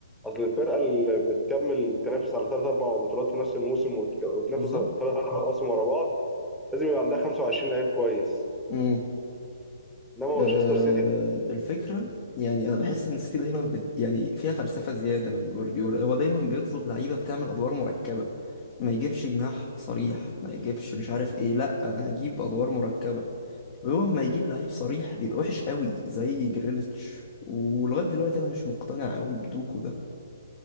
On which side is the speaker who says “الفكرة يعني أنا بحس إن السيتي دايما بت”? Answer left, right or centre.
Left